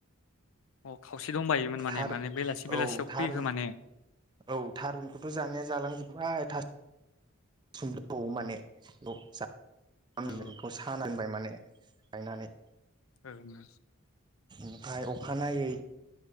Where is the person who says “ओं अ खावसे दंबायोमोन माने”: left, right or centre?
Left